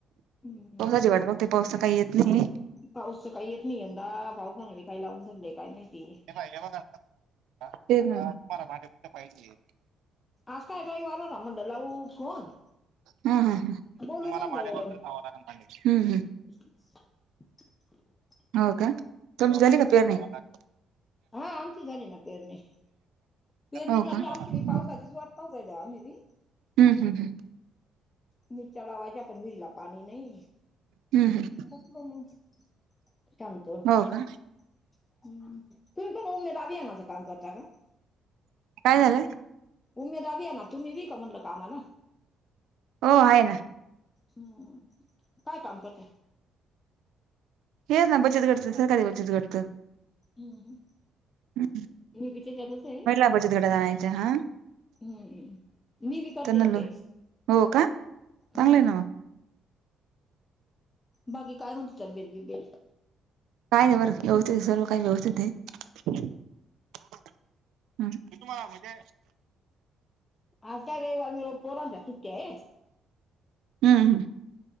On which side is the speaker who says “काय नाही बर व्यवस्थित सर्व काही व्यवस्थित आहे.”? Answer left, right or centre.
Right